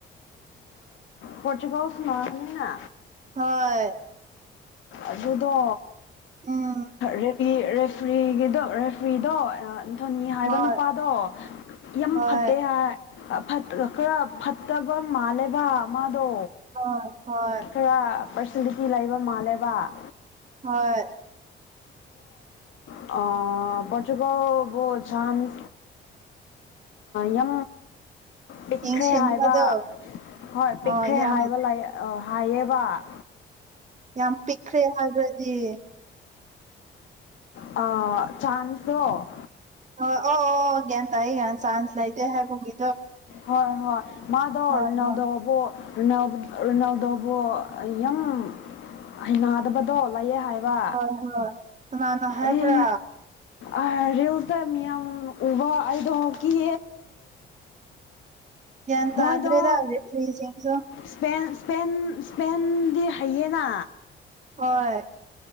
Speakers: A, on the left; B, on the right.
A: ꯄꯣꯔꯆꯨꯒꯜ ꯀꯣꯁꯅꯉꯅꯤꯅꯅꯥ
B: ꯍꯣꯏ
A: ꯑꯗꯨꯗ
B: ꯎꯝ
A: ꯔꯦꯠ ꯔꯦꯐ꯭ꯔꯤꯒꯤꯗꯣ ꯔꯦꯐ꯭ꯔꯤꯗꯣ ꯁꯣꯅꯤ ꯍꯥꯏꯕ
B: ꯍꯣꯏ
A: ꯅꯨꯄꯥꯗꯣ ꯌꯥꯝ
B: ꯍꯣꯏ
A: ꯐꯠꯇꯦ ꯍꯥꯏ ꯈꯔ ꯐꯠꯇꯕ ꯃꯥꯜꯂꯦꯕ ꯃꯥꯗꯣ
B: ꯍꯣꯏ ꯍꯣꯏ
A: ꯈꯔ ꯄꯔꯁꯅꯦꯂꯤꯇꯤ ꯂꯩꯕ ꯃꯥꯜꯂꯦꯕ
B: ꯍꯣꯏ
A: ꯑ ꯄꯇꯨꯀꯥꯎꯕꯨ ꯁꯥꯟ ꯌ ꯄꯤꯛꯈ꯭ꯔꯦ
B: ꯌꯦꯡꯁꯤꯟꯕꯗꯣ
A: ꯍꯥꯏꯕ ꯍꯣꯏ ꯄꯤꯛꯈ꯭ꯔꯦ
B: ꯑꯣ ꯌꯥꯝ
A: ꯍꯥꯏꯕ ꯂꯥꯏ ꯑ ꯍꯥꯏꯕ
B: ꯌꯥꯝ ꯄꯤꯛꯈ꯭ꯔꯦ ꯍꯥꯏꯕ꯭ꯔꯗꯤ
A: ꯑ ꯆꯥꯟꯁꯣ
B: ꯑꯣ ꯑꯣ ꯑꯣ ꯒꯤ ꯇ ꯑꯩ ꯌꯥ ꯆꯥꯟꯁ ꯂꯩꯇꯦ ꯍꯥꯏꯕꯒꯤ
A: ꯍꯣꯏ ꯍꯣꯏ ꯃꯥꯗ
B: ꯍꯣꯏ
A: ꯑꯣꯅꯥꯎꯗꯕꯣ
B: ꯍꯣꯏ
A: ꯔꯔꯤꯅꯥꯎꯗꯕꯨ ꯌꯥꯝ ꯍꯩꯅꯗꯕꯗꯣ ꯂꯩꯌꯦꯦ ꯍꯥꯏ ꯋꯥ
B: ꯍꯣꯏ ꯍꯣꯏ ꯀꯅꯥꯅ ꯍꯥꯏꯕ꯭ꯔꯥ
A: ꯑꯦ ꯑꯦꯜꯇ ꯃꯤꯌꯥꯝ ꯎꯕ ꯑꯩꯗ ꯀꯦ
B: ꯒ꯭ꯌꯥꯟ ꯇꯥꯗ꯭ꯔꯦꯗ
A: ꯍꯣꯏꯗ
B: ꯔꯦꯐ꯭ꯔꯤꯁꯤꯡꯁꯨ
A: ꯁꯄꯦꯟ ꯏꯁꯄꯦꯟ ꯏꯁꯄꯦꯟꯗꯤ ꯍꯩꯌꯦꯅꯥ
B: ꯍꯣꯏ